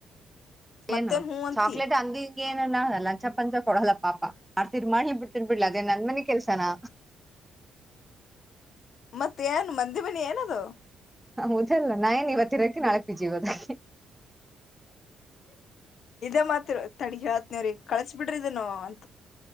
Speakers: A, on the left; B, in the centre.
A: ಮತ್ತೇನ್
B: ಏನು
A: ಹೂ ಅಂತಿ.
B: ಚಾಕ್ಲೇಟ್ ಅಂದಿ ಏನ್ ಲಂಚ ಪಂಚ ಕೊಡಲ್ಲ ಪಾಪಾ ಮಾಡ್ತರ್ ಮಾಡಿ ನೀನ್ ಬಿಡ್ತರ್ ಬಿಡ್ಲ ಅದೇನ್ ನಂದ ಮನೆಿ ಕೆಲ್ಸನಾ
A: ಮತ್ತೆ ಯ ಮಂದಿ ಬನಯ ನದು
B: ಹ ಮುಜಲ ನಾಏನ್ ಇವತ್ತರಕಿ ನಾಳೆ ಪಿಜಿದಕ್ಕೆ
A: ಇದೇ ಮಾತ್ರ ತಡಗ ಹತ್ನವ್ರೀ ಕಳ್ಸ ಬಿಡ್ರಿ ಇದನು ಹ